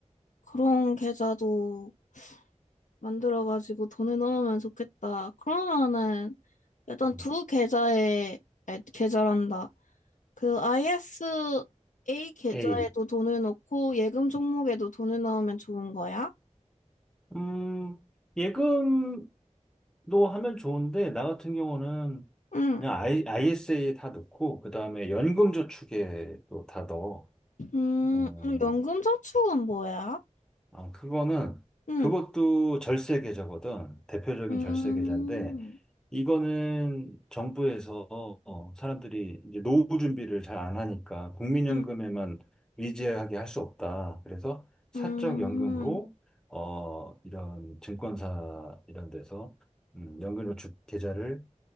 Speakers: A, on the left; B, in the centre.
A: 그런 계좌도 만들어가지고 돈을 넣으면 좋겠다. 그러면은 일단
B: 음,
A: 두 계좌에, 아니, 계좌란다. 그 ISA 계좌에도
B: A.
A: 돈을 넣고 예금 종목에도 돈을 넣으면 좋은 거야?
B: 음, 예금도 하면 좋은데, 나 같은 경우는
A: 응,
B: 그냥 I, ISA에 다 넣고, 그 다음에 연금저축에 또 다 넣어.
A: 음,
B: 어,
A: 음, 연금 저축은 뭐야?
B: 아, 그거는,
A: 응,
B: 그것도 절세 계좌거든. 대표적인
A: 음,
B: 절세 계좌인데, 이거는 정부에서 어, 사람들이 이제 노후 준비를 잘 안 하니까 국민연금에만
A: 음,
B: 의지하게 할 수 없다. 그래서 사적
A: 음,
B: 연금으로 어 이런 증권사 이런 데서 음, 연금저축 계좌를